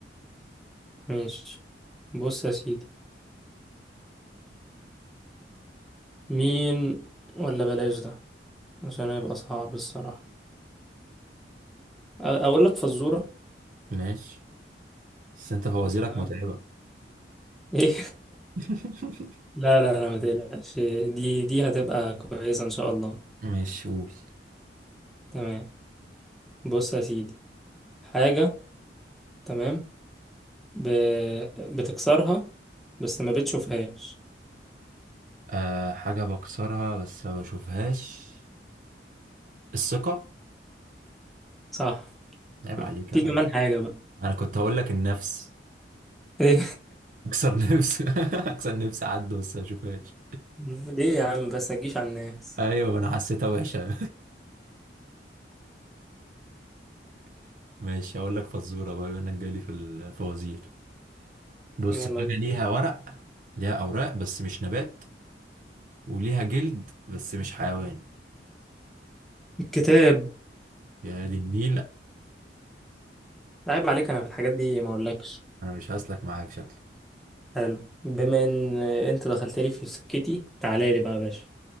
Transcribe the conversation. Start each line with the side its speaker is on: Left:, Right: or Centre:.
Centre: ماشي بص يا سيدي مين ولا بلاش ده عشان هيبقى صعب الصراحة أ- اقول لك فزورة
Right: ماشي بس انت فوازيرك
Centre: تمام.
Right: متعبة
Centre: <laughs> ايه
Right: <laughs>
Centre: لا لا لا ما تقلقش دي دي هتبقى كويسة إن شاء الله
Right: ماشي قول
Centre: تمام بص يا سيدي حاجة تمام ب... بتكسرها بس ما بتشوفهاش
Right: أه حاجة بكسرها بس ما بشوفهاش الثقة
Centre: صح
Right: عيب عليك
Centre: في
Right: يا راجل
Centre: كمان حاجة بقى
Right: انا كنت هقول لك النفس
Centre: إيه؟
Right: اكسر نفس <laughs> اكسر نفس عد بس ما بشوفهاش
Centre: <laughs> ليه يا عم بس هتجيش على الناس
Right: ايوه ما انا حسيتها وحشة <laughs> ماشي هقول لك فزورة بقى بما انك جالي في الفوازير بص
Centre: يلا
Right: حاجة
Centre: بينا
Right: ليها ورق ليها أوراق بس مش نبات وليها جلد بس مش حيوان
Centre: الكتاب
Right: يا دي النيل
Centre: عيب عليك أنا في الحاجات دي ما أقولكش
Right: أنا مش هسلك معاك شكلك
Centre: حلو بما إن أنت دخلت لي في سكتي تعالى لي بقى يا باشا